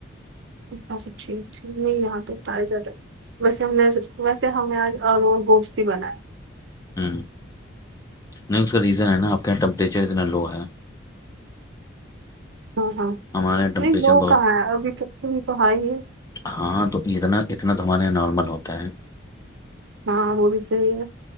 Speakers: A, on the right (about 65°); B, on the left (about 15°).
A: <unintelligible> ویسے ہم نے ویسے ہمیں نے آج آلو اور گوشت ہی بنائے
B: ہوں نہیں اس کا ریزن ہے نا آپ کے یہاں ٹمپریچر اتنا لو ہے
A: ہاں ہاں
B: ہمارے یہاں ٹمپریچر
A: نہیں لو
B: بہت
A: کہاں ہے ابھی تک تو حاھی ہی ہے
B: ہاں تو اتنا اتنا تو ہمارے یہاں نارمل ہوتا ہے
A: ہاں وہ بھی صحیح ہے